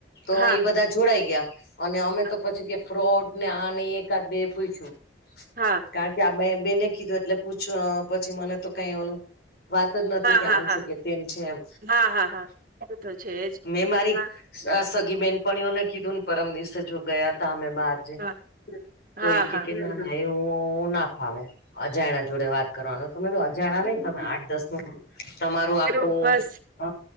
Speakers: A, on the left (about 55°); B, on the right (about 45°).
A: તો
B: હા
A: એઈ બધા. જોડાઈ ગયા અને અમે
B: હા
A: તો પછી કે ફ્રોડ ને આને એકાદ બેે પૂઇછું.
B: હા.
A: કારણ કે આ બે બેને કીધું એટલે પૂછ પછી મને તો કઈ એનું વાત જ નથી કે
B: હા
A: આમ
B: હા
A: છે કે તેમ છે એમ
B: હા હા હા એ તો છે જ
A: મેં મારી
B: હા
A: સ સગી બેનપણીઓને કીધું ને પરમ દસે જો ગયા ત અમે બાર. જે
B: હા
A: તો
B: હા
A: એ કે
B: હા
A: કે ના ના એવું ના ફાવે અજાણ્યા જોડે વાત કરવાનો તો મે કીધું અજાણ્યા નહી તમે આઠ દસ નો ગ્રુપ તમારું આખું
B: ગ્રુપ બસ
A: હ